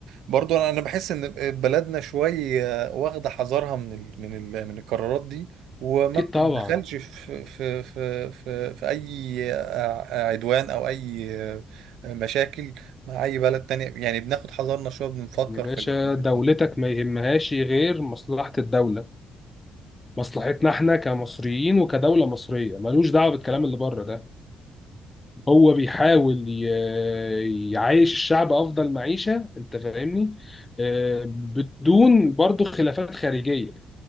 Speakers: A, on the right (about 80°); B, on the left (about 20°).
A: برضو انا أنا بحس ان بلدنا شويه واخده حذرها من ال من ال من القرارات دي وما
B: اكيد
A: بتتدخلش
B: طبعا
A: في في في في, في اي ع- عدوان او اي مشاكل مع اي بلد تانية يعني بناخد حذرنا شويه بنفكر
B: يا باشا
A: في الحاجات
B: دولتك
A: دي
B: ما يهمهاش غير مصلحة الدولة مصلحتنا احنا كمصريين وكدولة مصرية ملوش دعوة بالكلام اللي بره ده هو بيحاول ي- يعيش الشعب افضل معيشة انت فاهمني آه، بدون برضه خلافات خارجية